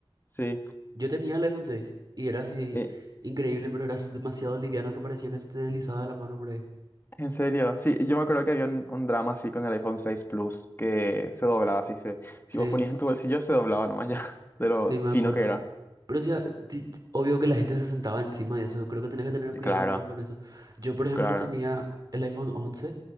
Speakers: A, on the left; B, on the right.
A: Sí.
B: Yo tenía el iPhone seis y era así
A: Eh,
B: increíble, pero era s- demasiado liviano que parecía que se te deslizaba de la mano por ahí.
A: En serio, sí, yo me acuerdo que había un, un drama así con el iPhone seis Plus que se doblaba, así se,
B: Sí,
A: si vos ponías en tu bolsillo se doblaba nomás ya, <laughs> de lo
B: sí, me
A: fino
B: acuerdo.
A: que era.
B: Pero sí, a- ti- obvio que la gente se sentaba encima de eso. Creo que tenés que tener cuidado
A: Claro,
B: luego con eso. Yo, por ejemplo,
A: claro.
B: tenía el iPhone 11